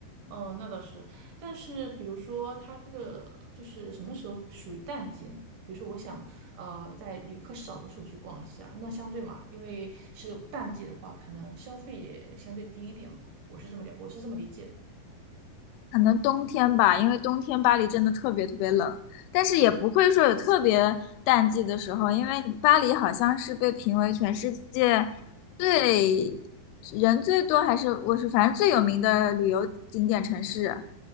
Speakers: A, on the right; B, on the left.
A: 哦，那倒是，但是比如说，它这个就是什么时候属于淡季呢？比如说，我想呃，在旅客少的时候去逛一下，那相对嘛，因为是淡季的话，可能消费也相对低一点嘛。我是这么了，我是这么理解的。
B: 可能冬天吧，因为冬天巴黎真的特别特别冷，但是也不会说有特别淡季的时候，因为巴黎好像是被评为全世界最人最多，还是我是反正最有名的旅游景点城市，